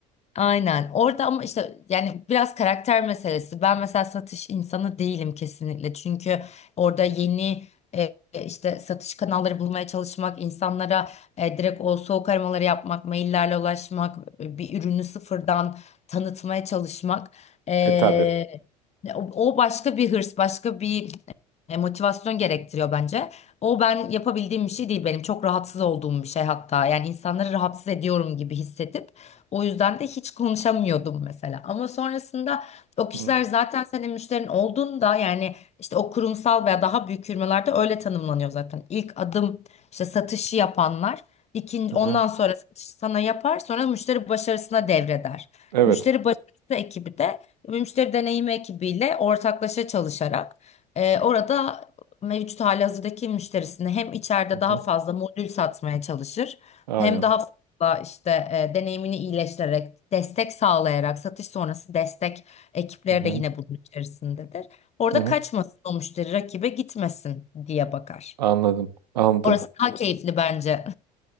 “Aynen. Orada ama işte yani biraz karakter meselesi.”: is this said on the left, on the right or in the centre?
Left